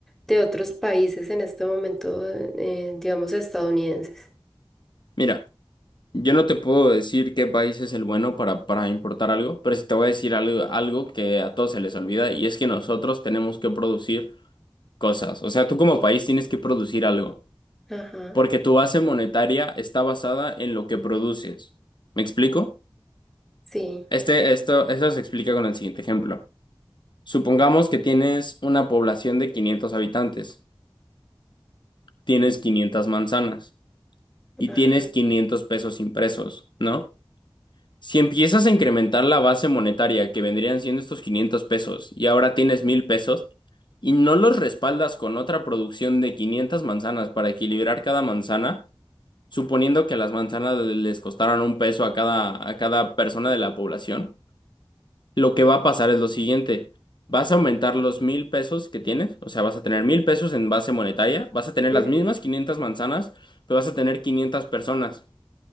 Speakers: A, in the centre; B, on the left.
A: de otros países en este momento, eh, digamos, estadounidenses.
B: Mira, yo no te puedo decir qué país es el bueno para, para importar algo, pero sí te voy a decir algo, algo que a todos se les olvida y es que nosotros tenemos que producir cosas. O sea, tú como país tienes que producir algo,
A: Ajá,
B: porque tu base monetaria está basada en lo que produces. ¿Me explico?
A: sí,
B: Este, esto, esto se explica con el siguiente ejemplo. Supongamos que tienes una población de 500 habitantes. tienes 500 manzanas y
A: ajá.
B: tienes 500 pesos impresos, ¿no? Si empiezas a incrementar la base monetaria que vendrían siendo estos 500 pesos y ahora tienes 1000 pesos y no los respaldas con otra producción de 500 manzanas para equilibrar cada manzana, suponiendo que las manzanas les costaran un peso a cada, a cada persona de la población, lo que va a pasar es lo siguiente. Vas a aumentar los mil pesos que tienes, o sea, vas a tener mil pesos en base monetaria, vas a tener
A: ujú,
B: las mismas 500 manzanas, pero vas a tener 500 personas.